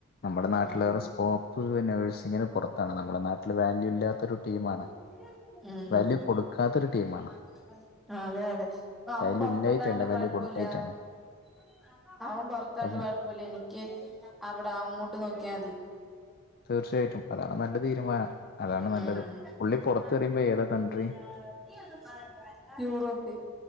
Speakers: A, on the left; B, in the centre.
A: നമ്മുടെ നാട്ടിൽ
B: ഉം
A: വേറെ സ്കോപ്പ് നഴ്സിങ്ങിന് പുറത്താണ് നമ്മുടെ നാട്ടിൽ വാല്യൂ ഇല്ലാത്ത ഒരു ടീമാണ്
B: <unintelligible> ഉം <unintelligible>
A: വാല്യൂ കൊടുക്കാത്തൊരു ടീമാണ്
B: അഹ്‌ അതെ അതെ അപ്പ അവൻ
A: വാല്യൂ
B: പുറത്തണ്ടായണ്ട്
A: ഇല്ലായിട്ടല്ല
B: കുഴപ്പല്ല
A: വാല്യൂ കൊടുക്കായിട്ടാണ്
B: ല്ല അവൻ പൊറത്തായോണ്ട്
A: അത്
B: കുഴപ്പുല്ല എനിക്ക് അവിടെ അങ്ങോട്ട് ഇട്ട് നോക്കിയാൽ മതി
A: തീർച്ചയായിട്ടും അതാണ് നല്ല തീരുമാനം അതാണ്
B: ഉം <unintelligible>
A: നല്ലത് പുള്ളി പുറത്ത് പറയുമ്പോ ഏതാ country
B: യൂറോപി